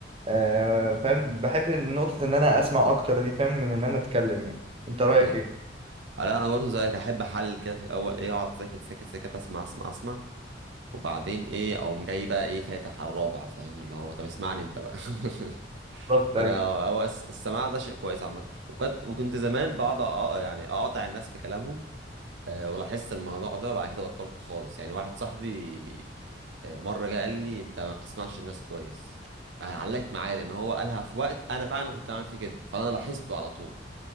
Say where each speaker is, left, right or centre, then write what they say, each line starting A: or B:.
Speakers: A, on the right; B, on the right.
A: آه، فاهم بحب نقطة إن أنا أسمع أكتر دي فاهم من إن أنا أتكلم يعني أنت
B: اوكي
A: رأيك إيه؟
B: آه، لا انا برضه زيك احب احلل كده في الاول ايه اقعد ساكت ساكت ساكت اسمع اسمع اسمع وبعدين ايه اقوم جاي بقى ايه فاتح على الرابع فاهم اللي هو طب اسمعني انت بقى <laughs>
A: بالظبط
B: فانا
A: أيوه
B: هو الس- السماع ده شيء كويس عامه وكنت وكنت زمان بقعد أقا- يعني اقاطع الناس في كلامهم آه، ولاحظت الموضوع ده وبعد كده بطلته خالص يعني واحد صاحبي آه، مره جه قال لي انت ما بتسمعش الناس كويس علقت معايا لان هو قالها في وقت انا فعلا كنت عامل فيه كده فانا لاحظته على طول